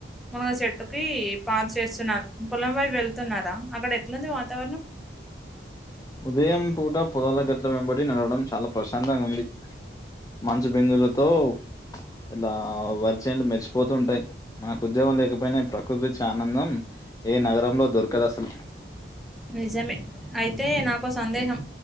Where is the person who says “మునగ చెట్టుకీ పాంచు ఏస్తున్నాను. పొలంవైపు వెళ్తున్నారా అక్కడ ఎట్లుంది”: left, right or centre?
Centre